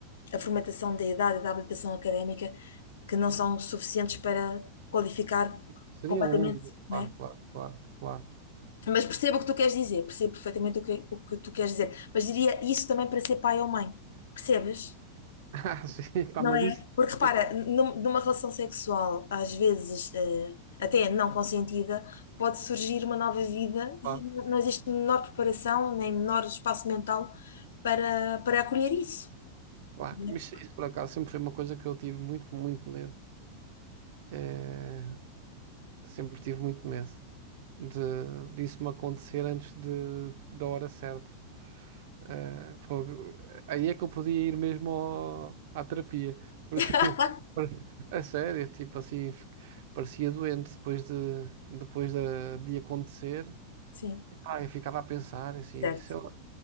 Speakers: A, on the left; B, on the right.
A: a formatação da idade e da habilitação académica, que não são suficientes para qualificar
B: Seria
A: completamente,
B: um mundo,
A: não
B: claro,
A: é?
B: claro, claro, claro. <laughs>
A: Mas percebo o que tu queres dizer, percebo perfeitamente o que, o que tu queres dizer, mas diria isso também para ser pai ou mãe, percebes?
B: Ah, sim, pá,
A: Não
B: mas
A: é?
B: isso,
A: Porque repara,
B: isso,
A: num- numa relação sexual, às vezes, eh, até não consentida, pode surgir uma nova vida e
B: claro,
A: não existe menor preparação, nem menor espaço mental para, para acolher isso.
B: claro.
A: não é?
B: Isso, isso por acaso sempre foi uma coisa que eu tive muito, muito medo. É, sempre tive muito medo de disso me acontecer antes de, da hora certa. Ah, fogo. Aí é que eu podia ir mesmo ao- à terapia, porque
A: <laughs>
B: <laughs> a sério, tipo assim, fi- parecia doente depois de, depois de, de acontecer.
A: Sim,
B: Epá, eu ficava a pensar assim,
A: certo.
B: sei lá.